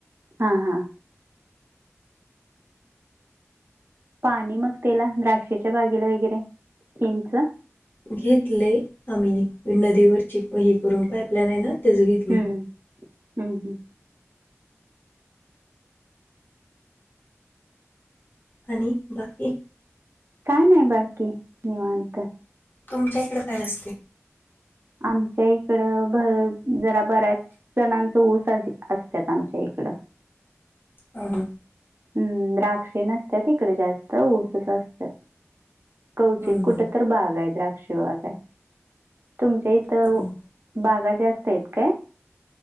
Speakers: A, on the right (about 50°); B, on the left (about 45°).
A: हा हा. पाणी मग त्याला द्राक्षच्या बागेला वगैरे स्कीमच.
B: घेतलय आम्ही नदीवरची ही करून पाईप लाईन हय ना. त्याचं घेतले.
A: हम्म हम्म हम्म हम्म.
B: आणि बाकी?
A: काय नाही बाकी निवांत.
B: तुमच्या इकडे काय असतय.
A: आमच्या इकड जरा बऱ्याच जणांचं ऊसाची असतात आमच्या इकडं.
B: हा हा.
A: हम्म द्राक्षे नसतात इकडे जास्त ऊसच असतात. कौचित
B: हं,
A: कुठ
B: हं,
A: तर बाग आहे द्राक्ष बाग आहे तुमच्या इथ
B: हं.
A: बागा जास्त आहेत काय?